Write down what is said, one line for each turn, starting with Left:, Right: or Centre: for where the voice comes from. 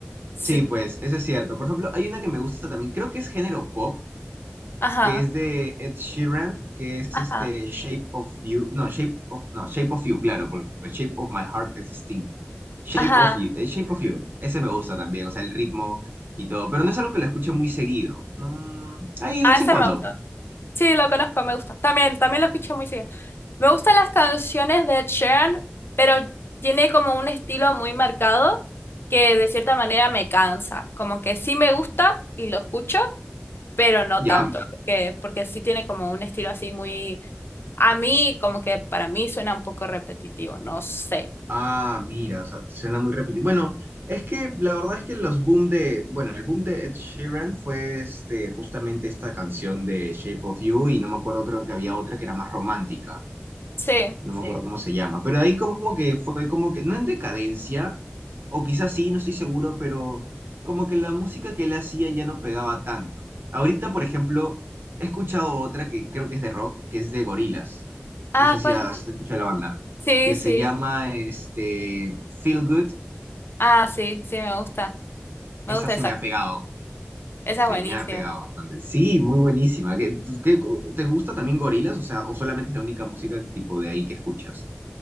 Left: sí.
Right: Sí, pues eso es cierto. Por ejemplo, hay una que me gusta también, creo que es género pop,
Left: Ajá,
Right: que es de Ed Sheeran, que es
Left: ajá,
Right: este Shape of You, no, Shape of, no, Shape of You, claro, porque Shape of My Heart es de Sting. Shape
Left: ajá.
Right: of You, eh, Shape of You, ese me gusta también, o sea, el ritmo y todo, pero no es algo que lo escuche muy seguido. No, ahí
Left: A
Right: de vez
Left: ese
Right: en cuando,
Left: me gusta. Sí, lo conozco, me gusta. También, también lo escucho muy seguido. Me gustan las canciones de Ed Sheeran, pero tiene como un estilo muy marcado que de cierta manera me cansa. Como que sí me gusta y lo escucho, pero no
Right: ¿ya?
Left: tanto, porque, porque sí tiene como un estilo así muy, a mí como que para mí suena un poco repetitivo, no sé.
Right: Ah, mira, o sea, suena muy repetido. Bueno, es que la verdad es que los boom de, bueno, el boom de Ed Sheeran fue este, justamente esta canción de Shape of You y no me acuerdo, creo que había otra que era más romántica
Left: Sí.
Right: no me acuerdo Sí. cómo se llama, pero ahí como que fue como que, no en decadencia, o quizás sí, no estoy seguro, pero como que la música que él hacía ya no pegaba tanto. Ahorita, por ejemplo, he escuchado otra que creo que es de rock, que es de Gorillaz.
Left: Ah,
Right: No sé si
Left: ¿cuál?
Right: Ah, has escuchado la banda,
Left: Sí,
Right: que
Left: sí.
Right: se llama este Feel Good,
Left: Ah, sí, sí, me gusta. Me
Right: esa
Left: gusta
Right: se
Left: esa.
Right: me ha pegado.
Left: Esa
Right: Se
Left: es buenísima.
Right: me ha pegado bastante. Sí, muy buenísima. ¿Qué, qué- te gusta también Gorillaz? O sea, ¿o solamente es la única música tipo de ahí que escuchas?